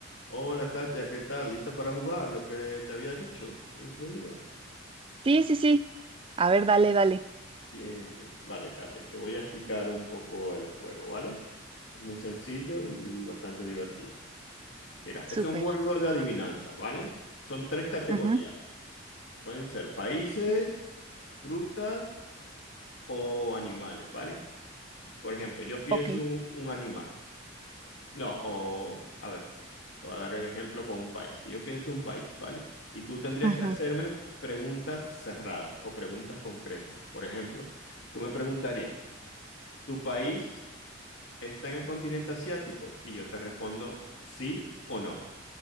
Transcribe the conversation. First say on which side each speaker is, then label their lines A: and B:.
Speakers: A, on the left; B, on the right.
A: Hola Katia, ¿qué tal? ¿Lista para jugar? Lo que te había dicho el otro día.
B: Sí, sí, sí. A ver, dale, dale.
A: Bien, bien. Vale, Katia, te voy a explicar un poco el juego, ¿vale? Es muy sencillo y bastante divertido. Mira, es
B: Súper.
A: un juego de adivinanzas, ¿vale? Son tres categorías.
B: Ujú,
A: Pueden ser países, frutas o animales, ¿vale? Por ejemplo, yo pienso
B: Ok.
A: un, un animal No, o a ver, te voy a dar el ejemplo con un país. Si yo pienso un país, ¿vale? Y tú tendrías
B: Ujú,
A: que hacerme preguntas cerradas o preguntas concretas. Por ejemplo, tú me preguntarías, ¿tu país está en el continente asiático? Y yo te respondo sí o no.